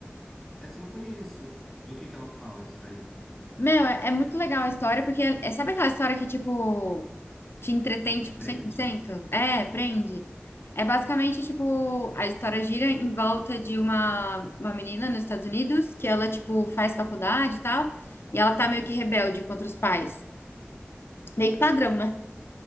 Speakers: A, in the centre; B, on the left.
A: Essa eu não conheço. Do que que ela fala, essa daí?
B: Meu, é, é muito legal a história porque é, é- sabe aquela história que tipo Te entretém,
A: Te
B: tipo,
A: prende?
B: cem por cento É, prende. É basicamente, tipo, a história gira em volta de uma, uma menina nos Estados Unidos, que ela, tipo, faz faculdade e tal, e ela tá meio que rebelde contra os pais. Meio que padrão, né?